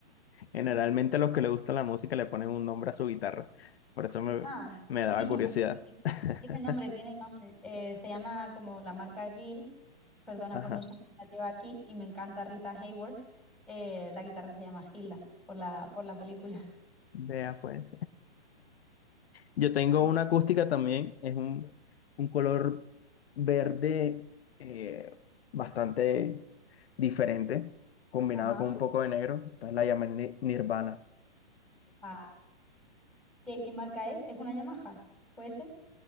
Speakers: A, on the left (about 70°); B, in the centre.
A: Generalmente a los que les gusta la música le ponen un nombre a su guitarra. Por eso me,
B: Ah,
A: me daba
B: sí, también
A: curiosidad.
B: tiene,
A: <laughs>
B: tiene nombre, tiene nombre. Eh, se llama como la marca Gill. Perdona
A: Ajá.
B: por no ser creativa aquí. Y me encanta Rita Hayworth. Eh, la guitarra se llama Gilda por la, por la película. <laughs>
A: Vea pues. Yo tengo
B: Sí.
A: una acústica también, es un, un color verde eh, bastante diferente, combinado
B: Ajá.
A: con un poco de negro, entonces la llamé Ni- Nirvana.
B: Ah, ¿Qué, qué marca es? ¿Es una Yamaha? ¿Puede ser?